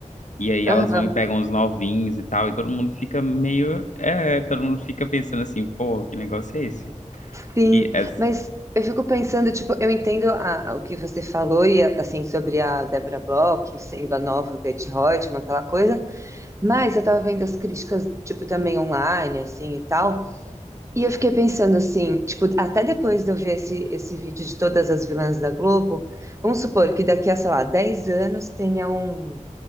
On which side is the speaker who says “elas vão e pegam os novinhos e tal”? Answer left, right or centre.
Left